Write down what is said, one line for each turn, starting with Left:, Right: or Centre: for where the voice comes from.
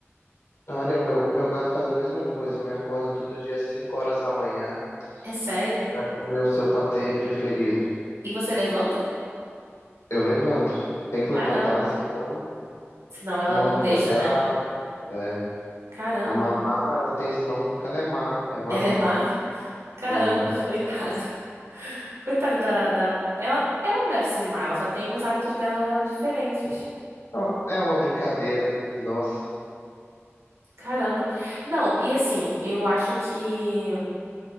Left: Olha, o meu, o meu gato faz a mesma coisa, me acorda todo dia às 5 horas da manhã
Right: É sério?
Left: para comer o seu patê preferido.
Right: E você levanta?
Left: Eu levanto. Tem que
Right: Caramba.
Left: levantar, senão
Right: Senão ela
Left: morde
Right: não deixa,
Left: meu braço.
Right: né?
Left: É.
Right: Caramba.
Left: A mamá, ela tem esse nome porque ela é má. É mamá.
Right: Ela é má? Caramba,
Left: É.
Right: <laughs> coitada. Coitada da, da... Ela, ela não deve ser má, ela só tem os hábitos dela diferentes.
Left: Ó, É uma brincadeira. Nossa.
Right: Caramba. Não, e assim, eu acho que